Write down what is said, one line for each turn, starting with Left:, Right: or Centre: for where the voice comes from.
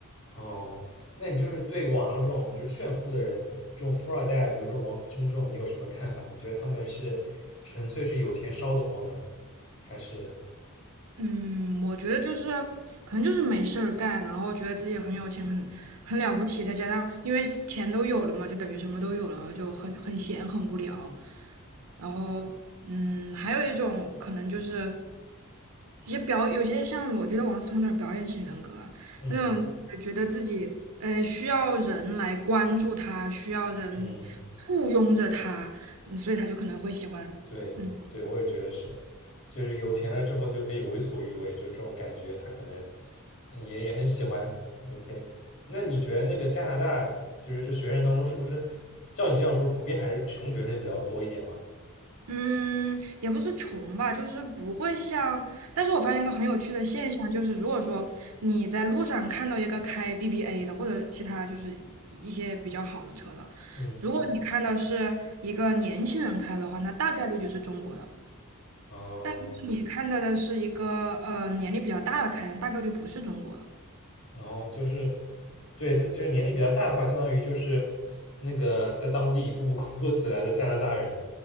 Left: 哦，那你就是对网上这种就是炫富的人，这种富二代，比如说王思聪这种，你有什么看法？你觉得他们是纯粹是有钱烧得慌呢，还是
Right: 嗯，我觉得就是可能就是没事儿干，然后觉得自己很有钱，很很了不起，再加上因为钱都有了嘛，就等于什么都有了，就很很闲，很无聊。然后，嗯，还有一种可能就是一些表，有些像我觉得王思聪有点表演型人格啊那种觉得自己呃需要人来关注他，
Left: 嗯
Right: 需要人簇拥着他，
Left: 嗯嗯？嗯
Right: 嗯所以他就可能会喜欢嗯。
Left: 对对，我也觉得是，就是有钱了之后就可以为所欲为，就这种感觉，他可能嗯也也很喜欢。OK，那你觉得那个加拿大就是这学生当中，是不是照你这样说，普遍还是穷学生比较多一点嘛？
Right: 嗯，也不是穷吧，就是不会像。但是我发现一个很有趣的现象，就是如果说你在路上看到一个开 BBA 的，或者其他就是一些比较好的车的，
Left: 嗯，
Right: 如果你看到是一个年轻人开的话，那大概率就是中国的；
Left: 哦，
Right: 但如果你看到的是一个呃年龄比较大的开，大概率不是中国的。
Left: 然后就是对，但就是年龄比较大的话，相当于就是那个在当地一步步工作起来的加拿大人。